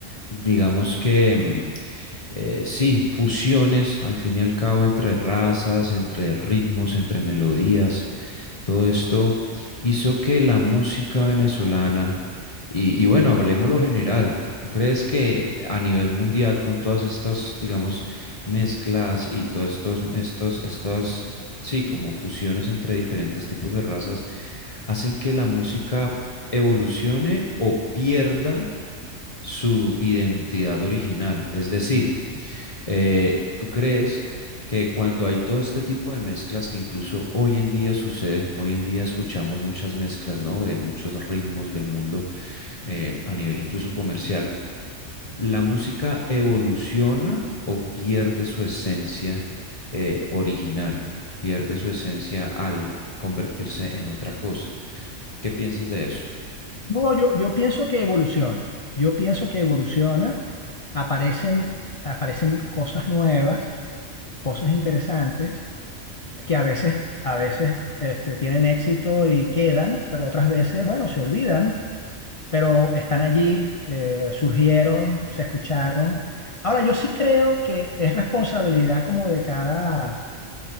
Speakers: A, on the left (about 30°); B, on the left (about 50°).
A: digamos que, mm, eh, sí, fusiones al fin y al cabo entre razas, entre ritmos, entre melodías, todo esto hizo que la música venezolana, y, y bueno, hablemos lo general, ¿tú crees que a nivel mundial, con todas estas, digamos, mezclas y todos estos, estos, estos, sí, como fusiones entre diferentes tipos de razas, hacen que la música evolucione o pierda su identidad original. Es decir, eh, ¿tú crees que cuando hay todo este tipo de mezclas que incluso hoy en día sucede, hoy en día escuchamos muchas mezclas, ¿no? De muchos ritmos del mundo eh, a nivel incluso comercial la música evoluciona o pierde su esencia eh, original, pierde su esencia al convertirse en otra cosa. ¿Qué piensas de eso?
B: no, yo, yo pienso que evoluciona, yo pienso que evoluciona, aparecen, aparecen cosas nuevas, cosas interesantes, que a veces, a veces este, tienen éxito y quedan, pero otras veces, bueno, se olvidan, pero están allí, eh, surgieron, se escucharon. Ahora, yo sí creo que es responsabilidad como de cada